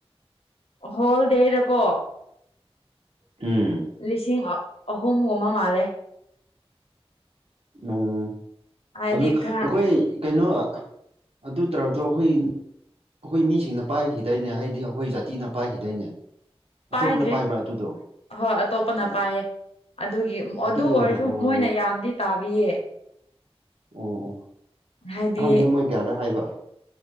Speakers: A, on the left (about 70°); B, on the right (about 70°).
A: ꯍꯣꯜꯗꯦꯗꯀꯣ
B: ꯎꯝ
A: ꯂꯤꯁꯤꯡ ꯑꯍꯨꯝꯒꯨꯝꯕ ꯃꯥꯜꯂꯦ
B: ꯑꯣ
A: ꯍꯥꯏꯗꯤ
B: ꯑꯗꯨ
A: ꯈꯔ
B: ꯑꯈꯣꯏ ꯀꯩꯅꯣ ꯑꯗꯨ ꯇꯔꯕꯗꯣ ꯑꯈꯣꯏ ꯑꯈꯣꯏ ꯃꯤꯁꯤꯡꯅ ꯄꯥꯏꯈꯤꯗꯥꯏꯅꯦ ꯍꯥꯏꯗꯤ ꯑꯈꯣꯏ ꯖꯥꯇꯤꯅ ꯄꯥꯏꯈꯤꯗꯥꯏꯅꯦ
A: ꯄꯥꯏꯗ꯭ꯔꯦ
B: ꯑꯇꯣꯞꯄꯅ ꯄꯥꯏꯕ꯭ꯔꯥ ꯑꯗꯨꯗꯣ
A: ꯍꯣ ꯑꯇꯣꯞꯄꯅ
B: ꯑꯣ
A: ꯄꯥꯏꯌꯦ ꯑꯗꯨꯒꯤ
B: ꯑꯗꯨꯒꯤ
A: ꯑꯗꯨ ꯑꯣꯏꯔꯁꯨ
B: ꯑꯣꯏꯔꯝ ꯑꯣ
A: ꯃꯣꯏꯅ ꯌꯥꯝꯗꯤ ꯇꯥꯕꯤꯌꯦ
B: ꯑꯣ ꯑꯣ
A: ꯍꯥꯏꯗꯤ
B: ꯑꯍꯥꯟꯕꯗ ꯃꯣꯏ ꯀꯌꯥꯗ ꯍꯥꯏꯕ